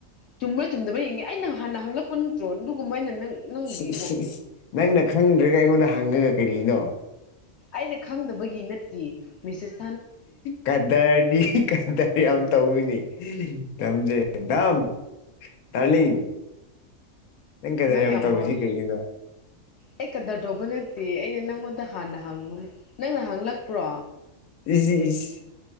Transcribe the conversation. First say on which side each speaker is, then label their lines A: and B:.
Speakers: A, on the left; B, on the left.
A: ꯆꯨꯝꯕ꯭ꯔ ꯆꯨꯝꯗꯕ ꯌꯦꯡꯒꯦ ꯑꯩꯅ ꯍꯥꯟꯅ ꯍꯪꯂꯛꯄ ꯅꯠꯇ꯭ꯔꯣ ꯑꯗꯨꯒꯨꯝꯕ ꯑꯩꯅ ꯅꯪ ꯅꯪꯒꯤꯕꯨ
B: ꯁꯤ ꯏꯁ ꯁꯤ ꯏꯁ ꯅꯪꯅ ꯈꯪꯗ꯭ꯔꯒ ꯑꯩꯉꯣꯟꯗ ꯍꯪꯉꯒ ꯀꯔꯤꯅꯣ
A: ꯑꯩꯅ ꯈꯪꯗꯕꯒꯤ ꯅꯠꯇꯤꯌꯦ ꯃꯤꯁꯦꯁ
B: ꯀꯗꯔꯗꯤ ꯀꯗꯔ ꯌꯥꯝ ꯇꯧꯏꯅꯦ ꯇꯝꯖꯦ ꯗꯥꯝ ꯗꯥꯔꯂꯤꯡ ꯀꯗꯔ
A: ꯅꯪ ꯌꯥꯝ
B: ꯇꯧꯔꯤꯁꯤ
A: ꯍꯧꯔꯦ
B: ꯀꯩꯒꯤꯅꯣ
A: ꯑꯩ ꯀꯗꯔ ꯇꯧꯕ ꯅꯠꯇꯤꯌꯦ ꯑꯩꯅ ꯅꯪꯉꯣꯟꯗ ꯍꯥꯟꯅ ꯍꯪꯕꯅꯤ ꯅꯪꯅ ꯍꯪꯂꯛꯄ꯭ꯔꯣ
B: ꯏꯁ ꯏꯁ